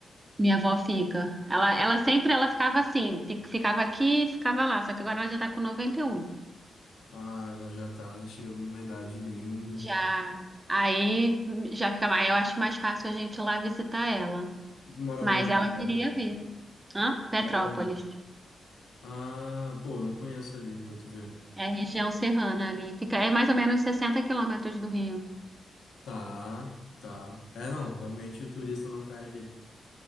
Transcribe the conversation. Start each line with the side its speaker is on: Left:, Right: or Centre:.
Right: minha avó fica. Ela, ela sempre ela ficava assim, fi- ficava aqui, e ficava lá, só que agora ela já tá com noventa e um
Left: Ah, ela já tá chegando numa idade bem.
Right: Já. Aí já fica mais. Eu acho mais fácil a gente ir lá visitar ela.
Left: E Mora
Right: Mas
Left: onde
Right: ela queria
Left: ela?
Right: vir. Hã? Petrópolis.
Left: Mora onde? Ah, pô, eu não conheço ali, pra tu ver.
Right: É a região serrana ali. Fica, é mais ou menos 60 quilômetros do Rio.
Left: Tá, tá. É, não, realmente o turista não cai ali.